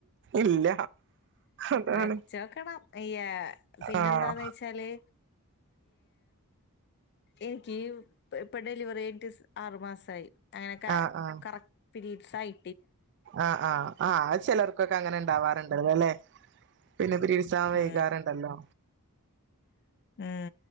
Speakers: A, on the right; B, on the left.
A: ഇല്ല അതാണ്
B: വെച്ചോക്കണം പിന്നെന്താന്ന്
A: ആഹ്
B: വെച്ചാല് എനിക്ക് ഇപ്പൊ ഡെലിവറി എട്ട ആറ് മാസം ആായി അങ്ങനെ
A: ആഹ് ആഹ്
B: കറക്ട് പീരീഡ്സ് ആയി
A: ആഹ് ആഹ് ആഹ്ത് ചിലർക്കൊക്ക അങ്ങനെ ഉണ്ടാവാറുണ്ട് അല്ലെ പിന്നെ പിരീഡ്സ് ആവാൻ വൈകാറുണ്ടല്ലോ
B: ഉ ഉ